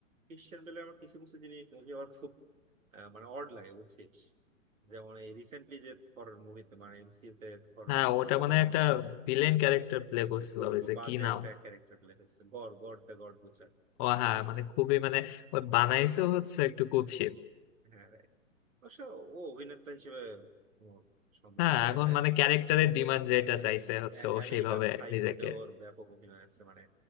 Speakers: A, on the right; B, on the left.
A: ক্রিশ্চিয়ান বেলের আমার কিছু কিছু জিনিস মুভি আমার খুব আহ, মানে অড লাগে বুঝছিস যেমন এই রিসেন্টলি যে থর মুভিতে মানে এমসিইউতে
B: হ্যাঁ ওটা মানে
A: থর
B: একটা ভিলেন ক্যারেক্টার প্লে
A: কিন্তু
B: করছিল
A: খুব
B: ওই
A: খুব
B: যে
A: বাজে
B: কি নাম
A: একটা ক্যারেক্টার প্লে হয়েছে গড গড দ্য গড বোঝায়
B: ও হ্যাঁ মানে খুবই মানে ওই বানাইছে হচ্ছে একটু কুৎসিত
A: হ্যাঁ রাইট অবশ্য ও অভিনেতা হিসেবে কোনো সন্দেহ
B: হ্যাঁ
A: নেই যে
B: এখন
A: আ-
B: মানে ক্যারেক্টারের ডিমান্ড যেটা চাইছে হচ্ছে
A: আ-
B: ও
A: আমেরিকান
B: সেইভাবে
A: সাইকোতে
B: নিজেকে
A: ওর ব্যাপক অভিনয় আছে মানে